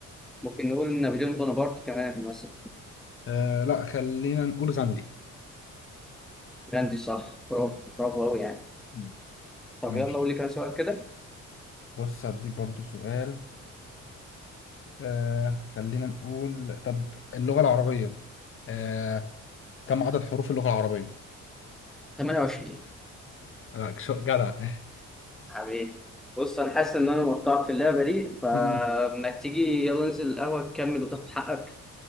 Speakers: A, in the centre; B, on the left.
A: ممكن نقول نابليون بونابرت كمان مثلا
B: آه لا خلينا نقول غاندي
A: جراندي صح برافو برافو قوي يعني
B: مم.
A: طب
B: ماشي
A: يلا قول لي كام سؤال كده
B: بص هديك برضو سؤال آه خلينا نقول طب اللغة العربية آه كم عدد حروف اللغة العربية؟
A: 28
B: لا كش- جدع
A: حبيبي بص انا حاسس ان انا مقطعك في اللعبه دي فما
B: <laughs>
A: تيجي يلا ننزل القهوه تكمل وتاخد حقك